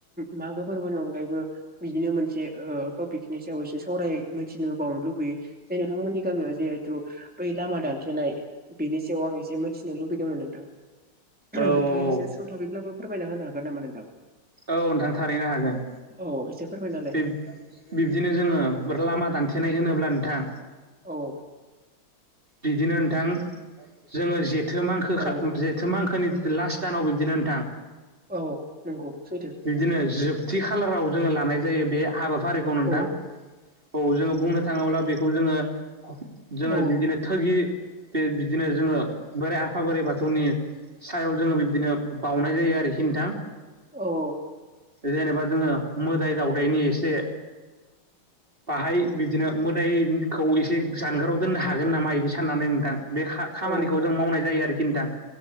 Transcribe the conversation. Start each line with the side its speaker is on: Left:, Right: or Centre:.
Centre: मागो फोरबोनि अनगायैबो बिदिनो मोनसे ओ टपिकनि सायाव एसे सावराय मिथिनो बावनो लुबैयो जाय नोंथांमोननि गामियाव जिहेथु बै लामा दान थेनाय बेनि सायाव आं एसेमोनथि नो लुबैदोंमोन नोंथां
Right: औ
Centre: नोंथांङा
Right: औ
Centre: एसे सुंथाबैब्लाबो फोरमायना होनो हागोन नामा नोंथां?
Right: औ नोंथां थारैनो हागोन
Centre: औ एसे फोरमायनालाय
Right: । बिब्दिनो जोङो लामा दानथेनाय होनोब्ला नोंथां
Centre: औ ।
Right: बिदिनो नोंथां जोङो जेथो मांखो
Centre: औ
Right: खा जेथो मांखोनि लास्ट दानाव बिब्दिनो नोंथां
Centre: औ नंगौ सैथो
Right: बिब्दिनो जोब थि खालाराव जोङो लानाय जायो बे हाबाफारिखौ नोंथां
Centre: औ
Right: औ जोङो बुंनो थाङोब्ला बे खौ जोङो जोङो
Centre: औ
Right: बिदिनो थोगि बे बिदिनो जोङो बोराइ आफा बोराइ बाथौनि सायाव जोङो बिब्दिनो बावनाय जायो आरोखि नोंथां
Centre: औ ।
Right: जेनेबा जोङो मोदाय दावउदायनि एसे बाहाय बिदिनो मोदायखौ एसे जानगाराव दोननो हागोन नामा? बिदि साननानै नोंथां बे खा-खामानिखौ
Centre: औ औ
Right: जों मावनाय जायो आरोखि नोंथां ।